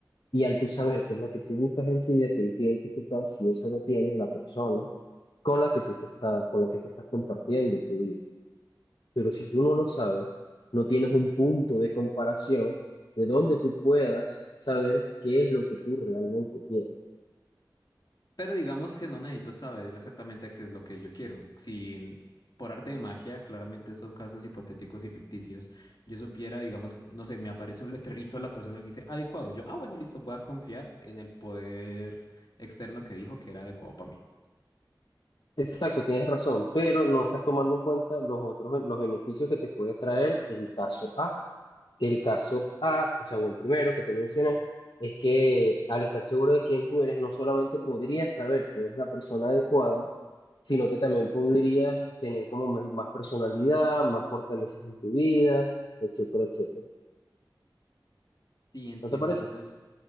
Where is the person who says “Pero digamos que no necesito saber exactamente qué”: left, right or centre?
Left